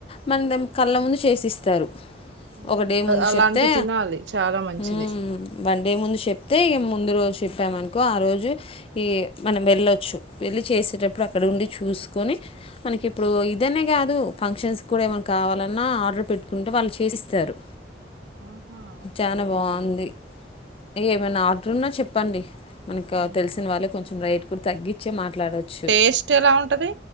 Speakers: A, on the left; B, on the right.
A: మన కళ్ళ ముందు చేసిస్తారు
B: ఉమ్,
A: ఒక డే
B: అ-
A: ముందు
B: అలాంటి
A: చెప్తే
B: తినాలి చాలా మంచిది
A: ఉ వన్ డే ముందు చెప్తే ఇమ్ము ముందు రోజు చెప్పా మనుకో ఆ రోజు ఈ మనకు వెళ్ళొచ్చు వెళ్ళి చేసేటప్పుడు అక్కడ ఉండి చూసుకొని మనకి ఇప్పుడు ఇదనే కాదు ఫంక్షన్స్కి కూడా ఏమైనా కావాలన్నా ఆర్డర్ పెట్టుకుంటే వాళ్ళు చేసిస్తారు
B: ఆహా ఓకే
A: చాలా
B: వెరీ
A: బాగుంది
B: గుడ్
A: ఏమైనా ఆర్డర్ ఉన్నా చెప్పండి మనకి
B: ఉమ్,
A: తెలిసిన వాళ్ళే కొంచెం రేట్ తగ్గించే మాట మాట్లాడచ్చు
B: టేస్ట్ ఎలా ఉంటది